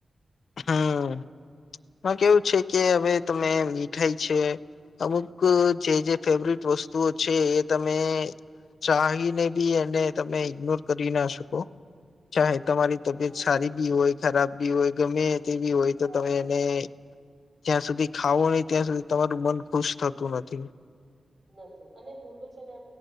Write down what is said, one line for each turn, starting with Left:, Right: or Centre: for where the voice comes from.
Left: હમ આમાં કેવું છે કે હવે તમે મીઠાઈ છે અમુક ક જે જે ફેવરિટ વસ્તુઓ છે એ તમે ચાહીને બી એને તમે ઇગ્નોર કરી ના શકો ચાહે તમારી તબિયત
Right: હમ
Left: સારી બી હોય ખરાબ બી હોય તે તેવી હોય
Right: હા
Left: તો તમે એને જ્યાં સુધી ખાવો હોય ત્યાં સુધી તમારું મન ખુશ થતું નથી.
Right: નતુ અને હું તો છે ને